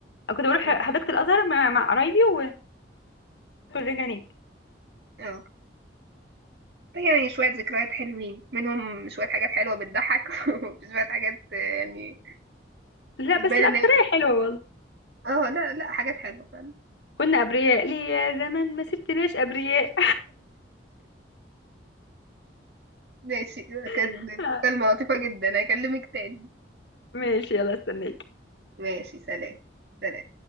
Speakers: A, on the left (about 75°); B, on the right (about 65°).
A: كنت بروح
B: مم.
A: حديقة الأزهر مع, مع قرايبي وناكل رجع نيك
B: اه يعني شوية ذكريات حلوين منهم شوية حاجات حلوة بتضحك <laughs> وشوية حاجات آه، يعني
A: لا
B: بتبان
A: بس الأكترية
B: ان هي
A: حلوة والله
B: اه لا لا حاجات حلوة فعلا
A: كنا أبرياء ليه يا زمان ما سبتناش أبرياء
B: ماشي كانت
A: <laughs>
B: مكالمة لطيفة جدا اكلمك تاني
A: ماشي يلا استناك
B: ماشي سلام سلام